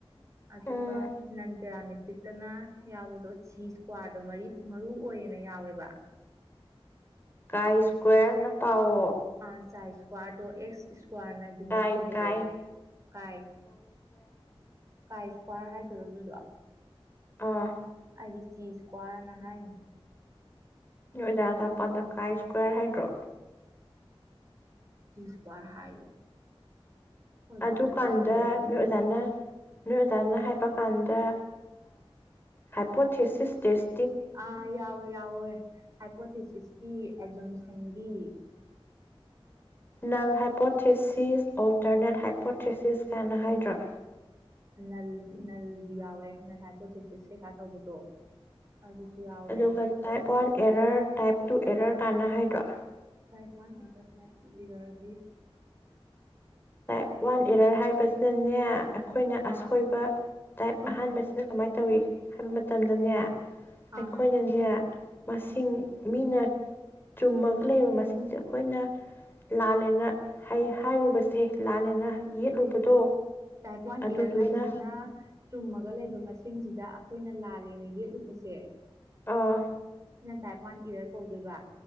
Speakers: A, on the right; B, on the left.
A: ꯑꯗꯨꯒ
B: ꯎꯝ
A: ꯅꯟ ꯄꯦꯔꯥꯃꯦꯇ꯭ꯔꯤꯛꯇꯅ ꯌꯥꯎꯕꯗꯣ ꯁꯤ ꯏꯁꯀ꯭ꯋꯥꯔꯗꯣ ꯃꯔꯨꯑꯣꯌꯦꯅ ꯌꯥꯎꯋꯦꯕ꯫
B: ꯀꯥꯏ ꯏꯁꯀ꯭ꯋꯦꯔ ꯅ ꯄꯥꯑꯣ꯫
A: ꯑꯁꯥꯏ ꯏꯁꯀ꯭ꯋꯥꯔꯗꯣ ꯑꯦꯁ ꯀ꯭ꯋꯥꯔꯅ ꯗꯤꯅꯣꯠ
B: ꯀꯥꯏ
A: ꯇꯧꯕꯗꯣ
B: ꯀꯥꯏ
A: ꯀꯥꯏ ꯀꯥꯏ ꯏꯁꯀ꯭ꯋꯥꯔ ꯍꯥꯏꯗꯣꯔꯣ ꯑꯗꯨꯗꯣ?
B: ꯑꯥ꯫
A: ꯍꯥꯏꯗꯤ ꯆꯤꯁ ꯀ꯭ꯋꯥꯔꯅ ꯍꯥꯏ꯫
B: ꯅꯣꯏ ꯑꯣꯖꯥꯅ ꯇꯛꯄꯗ ꯀꯥꯏ ꯏꯁꯀ꯭ꯋꯥꯔ ꯍꯥꯏꯗ꯭ꯔꯣ?
A: ꯇꯤ ꯁꯀꯥꯌꯔ ꯍꯥꯏꯌꯦ꯫ ꯑꯣꯖꯥꯗꯣ
B: ꯑꯗꯨꯀꯥꯟꯗ
A: ꯍꯩꯇꯕꯩꯔ
B: ꯅꯣꯏ ꯑꯣꯖꯥꯅ ꯅꯣꯏ ꯑꯣꯖꯥꯅ ꯍꯥꯏꯕꯀꯥꯟꯗ ꯍꯥꯏꯄꯣꯊꯦꯁꯤꯁ ꯇꯦꯁ
A: ꯑꯥ ꯌꯥꯎꯣꯏ ꯌꯥꯎ ꯍꯥꯏ ꯄꯣꯠꯇꯁꯤꯁ ꯑꯦꯖꯝꯁꯟꯒꯤ
B: ꯅꯜ ꯍꯥꯏꯄꯣꯊꯦꯁꯤꯁ ꯑꯣꯜꯇꯔꯅꯦꯠ ꯍꯥꯏꯄꯣꯊꯦꯁꯤꯁ ꯀꯥꯏꯅ ꯍꯥꯏꯗ꯭ꯔꯥ
A: ꯅꯂꯗꯤ ꯅꯜꯗꯤ ꯌꯥꯎꯋꯦ ꯅꯜ ꯍꯥꯏꯄꯣꯊꯦꯁꯤꯁ ꯀꯩꯀꯥ ꯇꯧꯕꯗꯣ ꯑꯗꯨꯁꯨ ꯌꯥꯎꯋꯦ
B: ꯑꯗꯨꯒ type one error type two error ꯀꯥꯏꯅ ꯍꯥꯏꯗ꯭ꯔꯣ
A: type one error type two ꯏꯔꯔꯒꯤ
B: ꯇꯥꯏꯞ ꯋꯥꯟ ꯏꯔꯔ ꯍꯥꯏ ꯕꯁꯤꯅꯅꯦ ꯑꯩꯈꯣꯏꯅ
A: ꯑꯥ
B: ꯑꯁꯣꯏꯕ ꯇꯥꯏꯞ
A: ꯑꯣ
B: ꯑꯍꯥꯟꯕꯁꯤꯗ ꯀꯃꯥꯏꯅ ꯇꯧꯏ ꯍꯥꯏꯕ ꯃꯇꯝꯗꯅꯦ ꯑꯩꯈꯣꯏꯅꯅꯦ
A: ꯑꯥ
B: ꯃꯁꯤꯡ ꯃꯤꯅ ꯆꯨꯝꯃꯒ ꯂꯩꯔꯕ ꯃꯁꯤꯡꯁꯦ ꯑꯩꯈꯣꯏꯅ ꯂꯥꯜꯂꯦꯅ ꯍꯥꯏ ꯍꯥꯏꯔꯨꯕꯁꯦ ꯂꯥꯜꯂꯦꯅ ꯌꯦꯠꯂꯨꯕꯗꯣ
A: ꯇꯥꯏꯞ ꯋꯥꯟ
B: ꯑꯗꯨꯗꯨꯅ
A: ꯏꯔꯔ ꯍꯥꯏꯁꯤꯅ ꯆꯨꯝꯃꯒ ꯂꯩꯕ ꯃꯁꯤꯡ ꯁꯤꯡꯁꯤꯗ ꯑꯩꯈꯣꯏꯅ ꯂꯥꯜꯂꯦꯅ ꯌꯦꯠꯂꯨꯕꯁꯦ
B: ꯑꯥ
A: ꯁꯤꯅ ꯇꯥꯏꯞ ꯋꯥꯥꯟ ꯏꯔꯔ ꯀꯧꯗꯣꯏꯕ